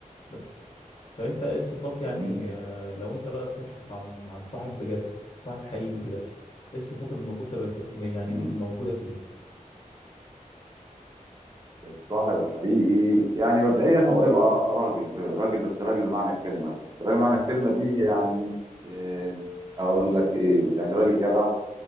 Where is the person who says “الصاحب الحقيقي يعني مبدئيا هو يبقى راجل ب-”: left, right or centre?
Right